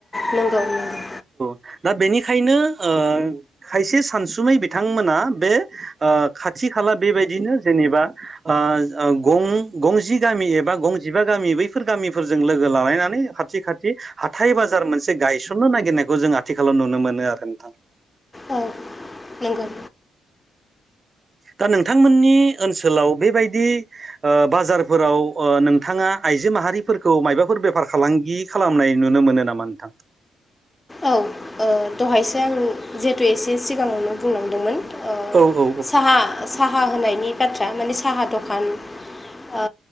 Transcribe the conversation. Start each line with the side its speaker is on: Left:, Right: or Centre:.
Left: नंगौ नंगौ
Right: दा बेनिखायनो ओ खायसे सानसुमै बिथांमोना बे ओ खाथि थि खाला बेबायदिनो जेनेबा ओ ओं गं गंजि गामि एबा गंजिबा गामि बैफोर गामिफोरजों लोगो लालायनानै खाथि खाथि हाथाय बाजार मोनसे गायसननो नागिरनायखौ जों आथिखालाव नुनो मोनो आरो नोंथां।
Left: औ नंगौ
Right: दा नोंथांमोननि ओनसोलाव बेबायदि ओ बाजारफोराव ओ नोंथाङा आइजो माहारिफोरखौ मायबाफोर बेफार फालांगि खालामनाय नुनो मोनो नामा नोंथां?
Left: औ ओ दहायसो आं जिहेथु एसे सिगाङावनो बुंलांदोंमोन। ओ
Right: औ औ
Left: साहा साहा होनायनि बाथ्रा माने साहा दखान ओ